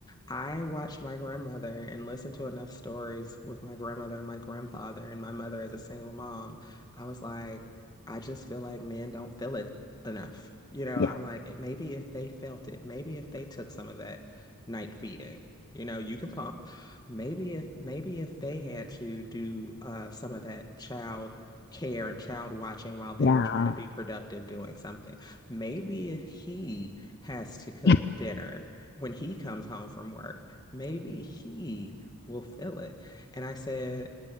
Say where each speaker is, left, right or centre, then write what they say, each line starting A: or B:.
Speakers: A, on the left; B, on the left.
A: I watched my grandmother and listened to enough stories with my grandmother and my grandfather and my mother as a single mom. I was like, I just feel like men don't feel it enough. You know,
B: Yeah.
A: I'm like, it, maybe if they felt it, maybe if they took some of that night feeding, you know, you can pump. Maybe if maybe if they had to do uh, some of that child care and child watching while they
B: Yeah.
A: were trying to be productive doing something. Maybe if he has to cook
B: Yeah.
A: dinner when he comes home from work, maybe he will feel it. And I said,